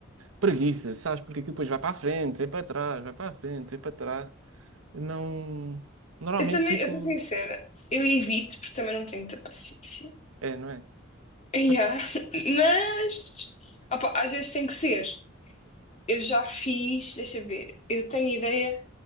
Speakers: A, on the right (about 80°); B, on the left (about 35°).
A: preguiça, sabes? Porque aquilo depois vai para a frente, vai para trás, vai para a frente, vai para trás. Não, normalmente
B: Eu também,
A: fico.
B: eu sou sincera, eu evito porque também não tenho muita paciência.
A: É, não é?
B: Yeah.
A: Só que.
B: <laughs> Mas, opá, às vezes tem que ser. Eu já fiz, deixa eu ver, eu tenho ideia.